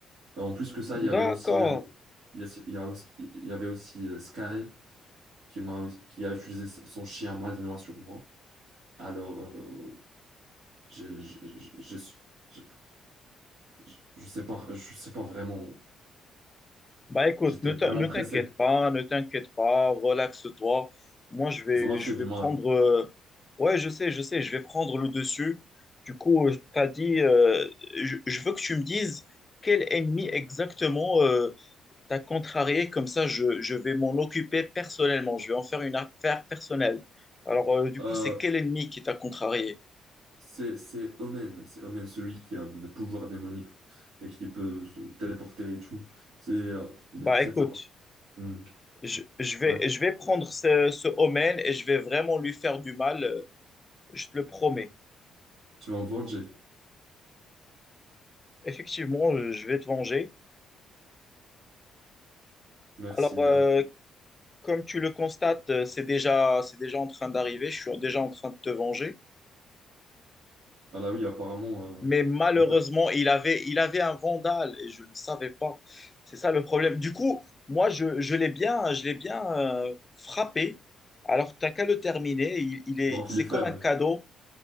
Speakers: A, on the right; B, on the left.
A: Euh, En plus que ça, il y avait
B: D'accord.
A: aussi. euh, il y a- il y a aussi- il y avait aussi euh, Sky qui m'a, qui a utilisé son chien malinois sur moi. Alors, euh, j'ai j'ai- j'ai- j'ai- j'ai- Je, je sais pas, je sais pas vraiment.
B: Bah écoute,
A: J'étais
B: ne t'in-
A: vraiment
B: ne
A: pressé.
B: t'inquiète pas, ne t'inquiète pas, relaxe-toi. Moi, je vais,
A: Ça m'a fait
B: je
A: du
B: vais
A: mal.
B: prendre. euh, Ouais, je sais, je sais, je vais prendre le dessus. Du coup, tu as dit, euh, je, je veux que tu me dises quel ennemi exactement euh, t'as contrarié. Comme ça, je, je vais m'en occuper personnellement. Je vais en faire une affaire personnelle. Alors, euh, du
A: Euh,
B: coup, c'est quel ennemi qui t'a contrarié?
A: c'est c'est Omen, c'est Omen, celui qui a des pouvoirs démoniques et qui peut se téléporter et tout. C'est euh, il
B: Bah
A: est très
B: écoute,
A: fort. Hmm,
B: je, je vais,
A: Ouais,
B: je vais prendre ce, ce Omen et je vais vraiment lui faire du mal. euh, Je te le promets.
A: tu vas me venger.
B: Effectivement, euh, je vais te venger.
A: Merci.
B: Alors, euh,
A: euh,
B: comme tu le constates, euh, c'est déjà, c'est déjà en train d'arriver. Je suis déjà en train de te venger.
A: Ah là oui, apparemment.
B: Mais malheureusement,
A: euh,
B: il avait, il avait un vandale et je ne le savais pas. C'est ça le problème. Du coup, moi, je, je l'ai bien, je l'ai bien euh, frappé. Alors, t'as qu'à le terminer. Il, il est,
A: Donc
B: c'est
A: il est faible.
B: comme un cadeau.